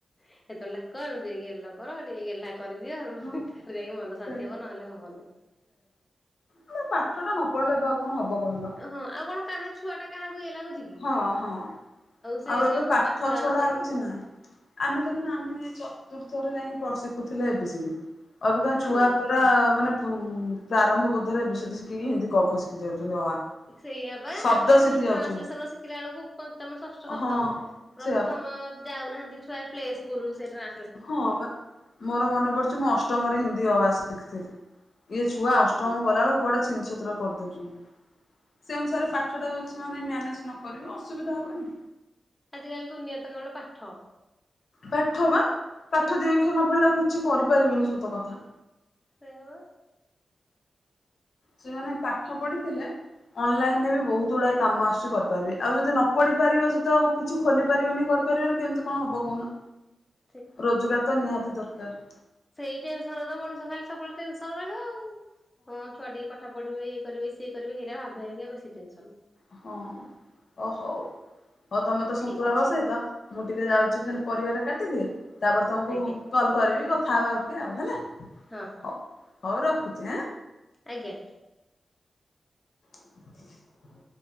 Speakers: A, on the left; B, on the left.
A: ହେତେବେଳେ ଡାକ ହେଠୁ ଟିକେ ଗେଲ କର ଟିକେ ଗେହ୍ଲା କରିଦିଅ
B: ହଁ
A: ତାପରେ ଯାଇକି ମନ ଶାନ୍ତି
B: ସେ
A: ହବ ନହେଲେ ହବନି।
B: ଗୋଟେ ପାଠ ଟା ନ ପଢିଲେ ଏବେ ଆଉ କଣ ହବ କହିଲ।
A: ହଁ ଆଉ କଣ କାହା ଛୁଆ ଟା କାହାକୁ ଇଏ ଲାଗୁଚି କି।
B: ହଁ ହଁ।
A: ସେ
B: ଆଉ ଏବେ
A: ଯୋଉ
B: ପାଠ ଛଡା
A: ପାଇଁ
B: ଆଉ କିଛି ନାହିଁ। ଆମେ ଦେଖୁନ ଆମେ ଚତୁର୍ଥରେ ଯାଇକି ଶିଖୁଥିଲେ ଏ ବି ସି ଡି। ଅବିକା
A: ହଁ।
B: ଛୁଆ ପୁରା ମାନେ ପ୍ରାରମ୍ଭ ବୋଧରେ ଏ ବି ସି ଡି ଶିଖିକି ହିନ୍ଦୀ କ ଖ ଶିଖି ଯାଉଛନ୍ତି ଅ ଆ।
A: ସେଇଆ ପା
B: ଶବ୍ଦ
A: ଆମେ ଟ୍ରାନ୍ସଲେସନ
B: ଶିଖି ଯାଉଛନ୍ତି
A: ର ଶିଖିଲା ବେଳକୁ ପଞ୍ଚମ, ଷଷ୍ଟ, ସପ୍ତମ।
B: ହଁ
A: ପ୍ରଥମ
B: ସେଇଆ ପା
A: ଯାଉନାହାନ୍ତି ଛୁଆ ପ୍ଲେ ସ୍କୁଲ୍ ରୁ ସେ ଟ୍ରା
B: ହଁ ବା ମୋର ମନେ ପଡିଚି ମୁଁ ଅଷ୍ଟମରେ ହିନ୍ଦୀ ଅ ଆ ଶିଖିଥିଲି। ଇଏ ଛୁଆ ଅଷ୍ଟମ ଗଲାବେଳକୁ କୁଆଡେ ଛିନ ଛତ୍ର କରିଦଉଛନ୍ତି। ସେ ଅନୁସାରେ ପାଠଟା ଯଦି ସେମାନେ ମ୍ୟାନେଜ୍ ନ କରିବେ ଅସୁବିଧା ହବନି।
A: ଆଜିକାଲି ଦୁନିଆ ରେ ତ କେବଳ ପାଠ।
B: ପାଠ ବା। ପାଠ ଦି ଅକ୍ଷର ନ ପଢିଲେ ଆଉ କିଛି କରିପାରିବେନି ସତ କଥା।
A: ସେଇଆ ବା।
B: ସେ ମାନେ ପାଠ ପଢିଥିଲେ ଅନଲାଇନ୍ ରେ ବି ବହୁତ ଗୁଡାଏ କାମ ଆସୁଚି କରିପାରିବେ। ଆଉ ଯଦି ନ ପଢି ପାରିବେ ସେ ତ ଆଉ କିଛି ଖୋଲି ପାରିବେନି କରି ପାରିବେନି କେମିତି କଣ ହବ କହୁନ।
A: <unintelligible>
B: ରୋଜଗାର ତ ନିହାତି ଦରକାର।
A: ସେଇ ଟେନସନ୍ ରେ ତ ମଣିଷ ଖାଲି ସବୁବେଳେ ଟେନସନ୍ ରହିବ ଆଉ। ହଁ ଛୁଆ ଟିକେ ପା ପାଠ ପଢ଼ିବେ ଇଏ କରିବେ ସିଏ କରିବେ ହେଇରା ଭାବି ଭାବିକା ବେଶୀ ଟେନସନ୍।
B: ହଁ। ଓ ହଉ, ହଉ ତମେ ତ ସନ୍ତୁଳା
A: ଠିକ୍ ଅଛି
B: ବସେଇଚ ମୁଁ ଟିକେ ଯାଉଚି ଖାଲି ପରିବା ଟା କାଟିଦିଏ, ତାପରେ ତମକୁ
A: ଆଜ୍ଞା
B: କଲ୍ କରିବି କଥା ହବା ଆଉ ଟିକେ ଆଉ ହେଲା।
A: ହଁ
B: ହଉ ରଖୁଛି
A: ହଉ
B: ଆଁ
A: ଆଜ୍ଞା।
B: <inaudible>